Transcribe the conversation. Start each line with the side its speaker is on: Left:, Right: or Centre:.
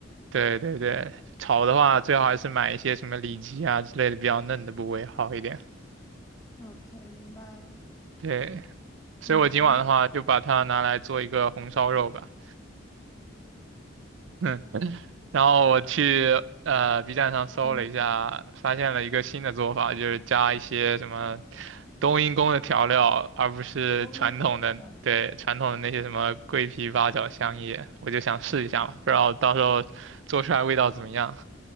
Right: 对对对，炒的话最好还是买一些什么里脊啊之类的比较嫩的部位好一点。
Left: OK，明白了。
Right: 对，所以我今晚的话就把它拿来做一个红烧肉吧。
Left: 嗯
Right: <laughs> 然后我去呃 B 站上搜了一下，
Left: 嗯，
Right: 发现了一个新的做法，就是加一些什么冬阴功的调料，而不是传统的，
Left: 冬阴功的调料
Right: 对，传统的那些什么桂皮、八角、香叶，我就想试一下嘛，不知道到时候做出来味道怎么样。